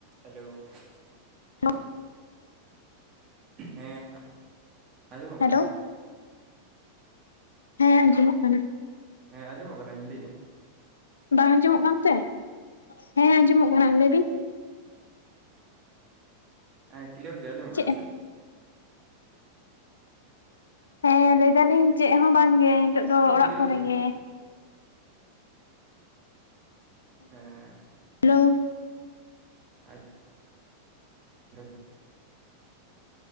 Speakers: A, on the right (about 35°); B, on the left (about 70°).
A: Hello.
B: ᱦ <unintelligible>
A: ᱦᱮᱸ ᱟᱸᱡᱚᱢᱚᱜ
B: ᱦᱮᱞᱳ
A: ᱠᱟᱱᱟ ᱾
B: ᱦᱮᱸ ᱟᱸᱡᱚᱢᱚᱜ ᱠᱟᱱᱟ ᱾
A: ᱦᱮᱸ ᱟᱸᱡᱚᱢᱚᱜ ᱠᱟᱱᱟᱧ ᱞᱟᱹᱭᱮᱜᱼᱟ ᱾
B: ᱵᱟᱝ ᱟᱸᱡᱚᱢᱚᱜ ᱠᱟᱱᱛᱮ ᱦᱮᱸ ᱟᱸᱡᱚᱢᱚᱜ ᱠᱟᱱᱟ ᱞᱟᱹᱭ ᱵᱤᱱ?
A: ᱦᱮᱸ ᱠᱤᱞᱭᱟᱨ ᱜᱮ ᱟᱸᱡᱚᱢᱚᱜ ᱠᱟᱱᱟ
B: ᱪᱮᱫ
A: ᱥᱮ
B: ᱦᱮᱸ ᱞᱟᱹᱭ ᱫᱟᱞᱤᱧ ᱪᱮᱫ ᱦᱚᱸ ᱵᱟᱝᱜᱮ ᱾ ᱱᱤᱛᱚᱜ ᱫᱚ ᱚᱲᱟᱜ
A: ᱠᱞᱤᱭᱟᱨ
B: ᱠᱚᱨᱮ
A: ᱟᱸᱡᱚᱢᱚᱜ
B: ᱜᱮ
A: ᱦᱮᱸ
B: ᱾
A: ᱦᱮᱸ
B: ᱦᱮᱞᱳ
A: ᱟᱸᱡᱼᱼ ᱞᱟᱹᱭᱢᱮ?